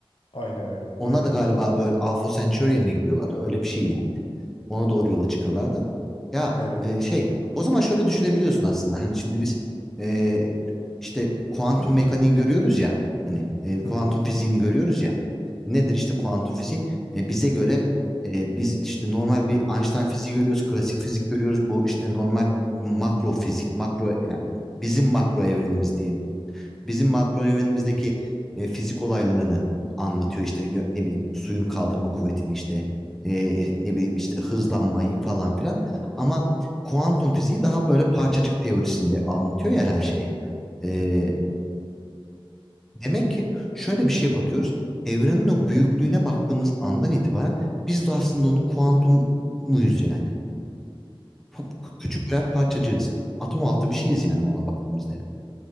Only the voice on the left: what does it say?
Aynen öyle.
Aynen
öyle.
Evet.
Hı
hı,
Evet.